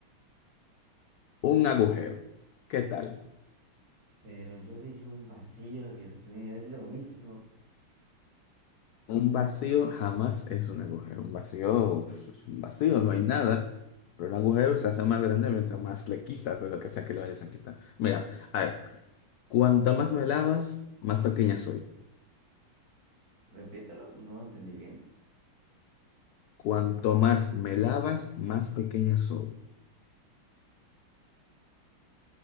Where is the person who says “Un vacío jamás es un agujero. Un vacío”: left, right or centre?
Left